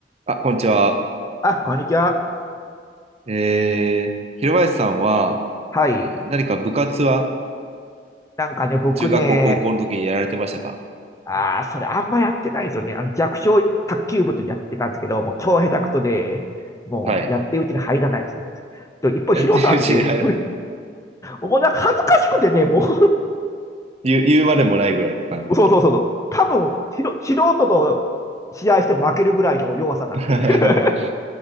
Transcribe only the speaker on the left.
あ、こんにちは。
はい。
なんかね、僕ね、
ああ、それあんまやってないですよね。あの、弱小卓球部っていうのやってたんですけど、もう超下手くそで、もうやってるうちに入らないですね
と <laughs> 一方、
ヒロさんって、<laughs> もう、もうなんか恥ずかしくてね、も
う <laughs> そうそうそうそう。多分、ひろ素人と試合しても負けるぐらいの弱さなんで、
<laughs>